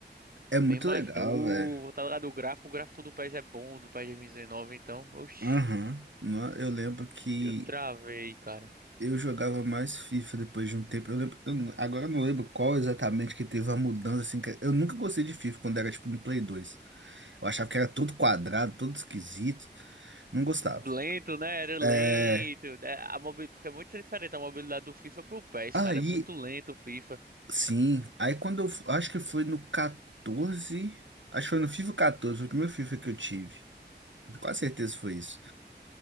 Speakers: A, on the right; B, on the right.
A: É muito
B: bem mais
A: legal,
B: novo.
A: velho.
B: Tá ligado? O gráfico, o gráfico do PES é bom, do PES 2019. Então, oxi,
A: Aham. Nó- Eu lembro que
B: eu travei, cara.
A: eu jogava mais FIFA depois de um tempo. Eu lembro, eu não- agora eu não lembro qual exatamente que teve a mudança, assim. que- eu nunca gostei de FIFA quando era, tipo, no Play dois Eu achava que era todo quadrado, todo esquisito. Não gostava.
B: Lento, né? Era lento.
A: É,
B: né? A mobi... Porque é muito diferente a mobilidade do FIFA pro PES,
A: aí,
B: cara. É muito lento o FIFA.
A: sim. Aí quando eu, f- acho que foi no 14, acho que foi no FIFA 14, foi o primeiro FIFA que eu tive. Com quase certeza foi isso.